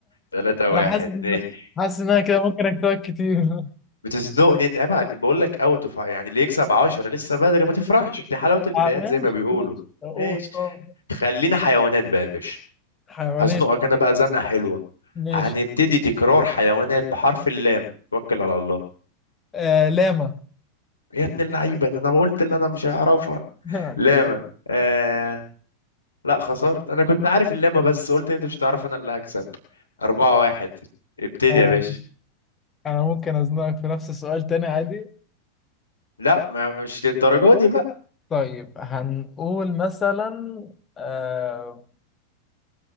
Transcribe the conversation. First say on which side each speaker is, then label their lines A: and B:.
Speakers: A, on the left; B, on the left.
A: 3
B: انا
A: واحد
B: حاسس ان
A: ماشي
B: حاسس ان انا كده ممكن اكتبك كتير <laughs>
A: بتزنقني انت عيب عليك بقول لك اوت اوف يعني اللي يكسب 10 لسه بدري ما تفرحش دي حلاوه البدايات
B: آه، ماشي
A: زي ما بيقولوا
B: ماشي اوه
A: ماشي
B: أوه.
A: خلينا حيوانات بقى يا باشا
B: حيوانات
A: هزنقك انا بقى زنقه حلوه
B: ماشي
A: هنبتدي تكرار حيوانات بحرف اللام توكل على الله
B: آه لاما
A: يا ابن اللعيبه ده انا ما قلت اللي انا مش هعرفها
B: <laughs>
A: لاما آه... لا خسرت انا كنت عارف اللاما بس قلت انت مش هتعرف انا اللي هكسب أربعة واحد ابتدي
B: آه.
A: يا باشا
B: انا ممكن ازنقك في نفس السؤال تاني عادي
A: لا ما مش للدرجه دي بقى
B: طيب هنقول مثلا آه،